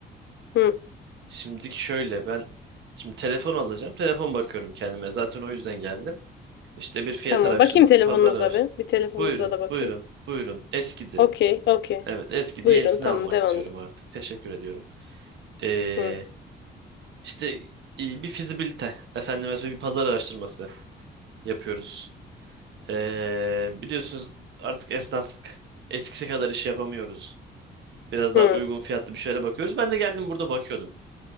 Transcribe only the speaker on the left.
Hı.
Tamam.
Bakayım telefonunuza
bir. Bir telefonunuza
da bakayım.
Okey. Okey.
Buyurun.
Tamam.
Devam
edin.
Hı.
Hı.